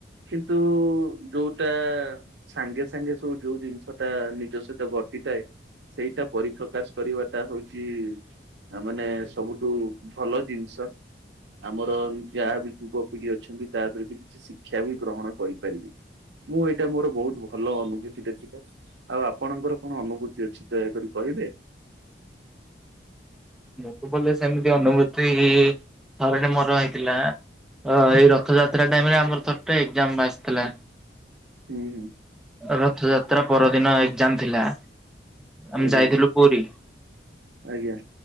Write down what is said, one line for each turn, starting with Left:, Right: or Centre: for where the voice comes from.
Right: କିନ୍ତୁ ଯୋଉଟା। ସାଙ୍ଗେ ସାଙ୍ଗେ ସବୁ ଯୋଉ ଜିନିଷ ଟା ନିଜ ସହିତ ଘଟିଥାଏ। ସେଇଟା ପରିପ୍ରକାଶ କରିବାଟା ହଉଛି। ଆ ମାନେ ସବୁଠୁ ଭଲ ଜିନିଷ। ଆମର ଯାହା ବି ଯୁବପିଢି ଅଛନ୍ତି ତା ଧିଅରୁ ବି କିଛି ଶିକ୍ଷା ବି ଗ୍ରହଣ କରିପାରିବେ। ମୁଁ ଏଇଟା ମୋର ବହୁତ ଭଲ ଅନୁଭୂତିଟା ଥିଲା ଆଉ ଆପଣଙ୍କର। କଣ ଅନୁଭୂତି ଅଛି ଦୟାକରି କହିବେ।
Centre: ମୁ କୁ ବୋଲି ସେମିତି ଅନୁଭୂତି ଥରେଟେ ମୋର ହେଇଥିଲା। ହଁ ଏଇ ରଥଯାତ୍ରା ଟାଇମ ରେ ଆମର ଥରେଟେ ଏକ୍ଜାମ ଆସିଥିଲା।
Right: ହୁଁ ହୁଁ।
Centre: ରଥଯାତ୍ରା ପରଦିନ ଏକ୍ଜାମ ଥିଲା ଆମେ
Right: ଆଜ୍ଞା
Centre: ଯାଇଥିଲୁ ପୁରୀ।
Right: ଆଜ୍ଞା।